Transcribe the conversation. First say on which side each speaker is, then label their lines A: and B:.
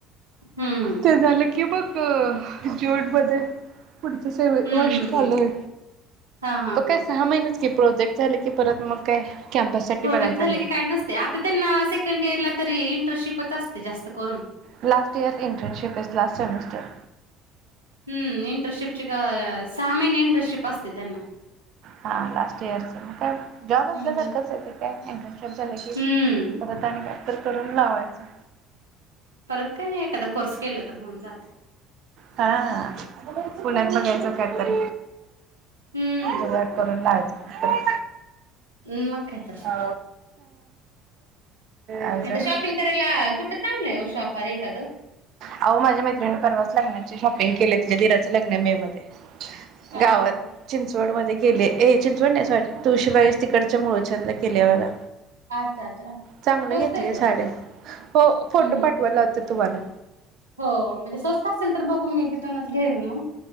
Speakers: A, on the right; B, on the right.
A: हम्म
B: ते झालं कि मग अ ज्यूटमध्ये पुढचं सेवेच
A: हम्म
B: वर्ष
A: हम्म
B: चालू
A: हम्म
B: आहे
A: हा हा
B: मग
A: हा
B: काय सहा महिनेच की प्रोजेक्ट झाले की परत मग काय कॅम्पससाठी
A: प्रोजेक्ट
B: बघायला पाहिजे
A: झाले की काही नसतंय आता त्यांना सेकंड इयरला तरी इन्ट्रांशिपच असते जास्त करून.
B: Last year internship is last semester
A: हम्म इटरनशिप का सहा महिने इंटरनशिप असते त्यांना
B: हा लास्ट इयरचं मग काय जॉब असल्यासारखंच
A: हम्म
B: आहे ते काय इंटर्नशिप झाले की
A: हम्म
B: परत आणि काय तर करून लावायचं.
A: परत काय एखादा कोर्स केला तर पण होऊन जातं.
B: हा पुण्यात बघायचं कायतर
A: हम्म
B: जुगाड करून लावायचं कुठं तरी
A: हम्म मग काय तर
B: हा अजून
A: आता शॉपिंग करायला कुठं चांगलं आहे ओ शॉप एखादं
B: अहो माझ्या मैत्रिणीनं परवाच लग्नाचे शॉपिंग केल्या तिच्या दिराचं लग्न आहे मे मध्ये
A: हा
B: गावात
A: हा हा
B: चिंचवड मध्ये केले ए चिंचवड नाही सॉरी तुळशी बागेच्या तिकडच्या मुळचद ला केली आहे बघा
A: अच्छा अच्छा
B: चांगलं
A: स्वस्त
B: घेतलीय
A: आहे का
B: साडी
A: तिकडे?
B: हो फोटो
A: हं हं
B: पाठवायला लावतो तुम्हांला
A: हो म्हणजे स्वस्त असेल तर बघू मी तिथूनच घेईन मग